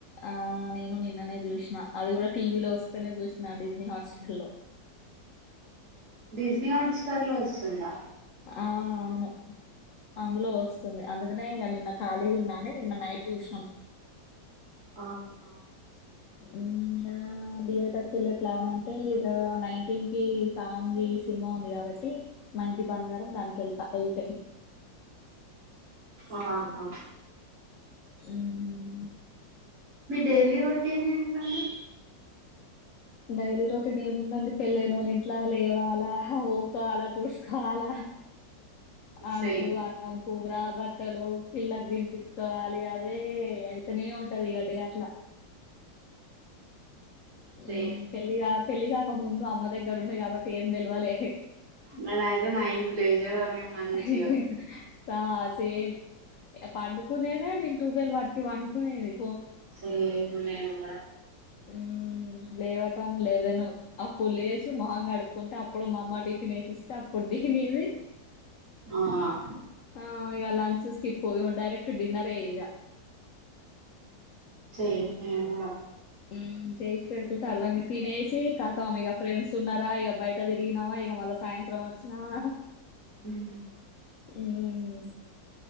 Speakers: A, on the left (about 85°); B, on the right (about 45°).
A: ఆ నేను నిన్ననే జూష్నా అది కూడా టీవీ లో వస్తేనే జూష్నా డిస్నీ హాట్‌స్టార్ లో <unintelligible>
B: డిస్నీ హాట్‌స్టార్ లో వస్తుందా
A: అవుననును అందులో వస్తుంది అందుకనే ఇగా నిన్న ఖాళీగ ఉన్నాని నిన్న నైట్ జూష్నం
B: ఆహా
A: ఎండ ఆ థియేటర్ కళ్లె ప్లాన్ అంటే ఇగా నైన్టీన్ కి సామ ది సినిమా ఉంది గాబట్టి మా ఇంటి బంగారం దానికి ఎల్తా ఎల్తే
B: ఆహా
A: ఉమ్మ్
B: మీ డైలీ రొటీన్ ఏంటండీ
A: డైలీ రొటీన్ఏముందండి, పెళ్లైనోళ్లు ఇంట్లో లేవాలా హా, ఊకోవాలా, తుడుచుకోవాలా. హ్మ్ అంట్లు
B: సేమ్
A: అన్నం కూర బట్ బట్టలు పిల్లకు దినపించుకోవాలి అదే అయితనే ఉంటది ఇగా డే అట్లా <inaudible> ఉమ్మ్
B: సేమ్
A: పెళ్లిగాక పెళ్లిగాక ముందు అమ్మ దగ్గర ఉండే కాబట్టి ఏం తెల్వలేహె
B: నేనైతే నైన్కి లేచేదాన్ని మంచిగా
A: హే హే హు ఆ సేమ్ పండుకునేదే నేను ట్వెల్వ్ వన్‌కి పడుకునేది
B: సేమ్ నేన్ గూడా
A: ఎం లేవటం, లెవెనూ అప్ అప్పుడు లేషి మొహం కడుక్కుంటా, అప్పుడు మామ టిఫిన్ ఏశిస్తే అప్పుడు తినేది
B: ఆ
A: ఆ ఇయ్యాల అని చూస్ ఇప్పుడూ డైరెక్ట్ డిన్నర్ ఏ ఇగా
B: ఏంలేదు కూడా
A: మ్మ్ చేసి పెడుతుంటారు అర్దంగా తినేసి కతాం ఇగ ఫ్రెండ్స్ ఉన్నారా ఇగా బయట తిరిగినవా ఇగా మళ్ళ సాయంత్రం వచ్చినావా
B: మ్మ్
A: మ్మ్